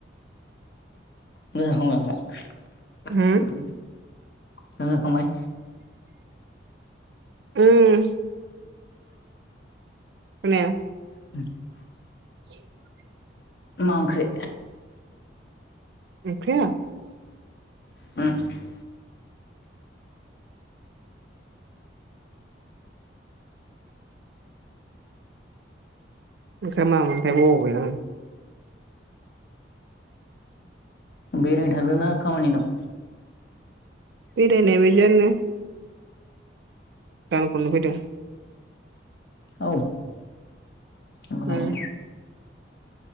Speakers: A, on the left (about 60°); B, on the right (about 65°).
A: नों जाखांनाय ओमफ्राय
B: उम
A: नों जाखांनाय
B: उम। खोनाया।
A: <inaudible>
B: <inaudible>
A: मा ओंख्रि
B: ओख्रिया
A: उम <inaudible>
B: ओँख्रिया मामोनथाय बावबाय आं।
A: बेरायनो थांदों ना खामानि दं
B: बेरायनाय बादियानो। गान खननो फैदों।
A: औ नंगौ नामा
B: उम